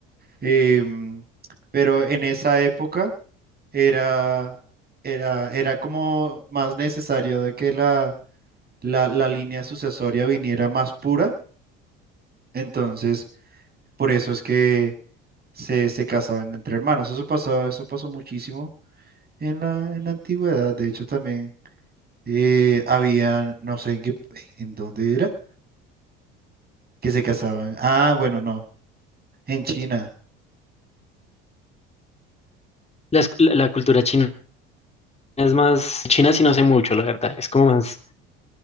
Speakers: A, on the right; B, on the left.
A: Em, pero en esa época era, era, era como más necesario de que la, la, la línea sucesoria viniera más pura. Entonces, por eso es que se, se casaban entre hermanos. Eso pasó, eso pasó muchísimo en la, en la antigüedad. De hecho, también eh, había, no sé en qué, en dónde era, que se casaban. Ah, bueno, no, en China.
B: Las- La, la cultura china es más, China sí no sé mucho, la verdad, es como más,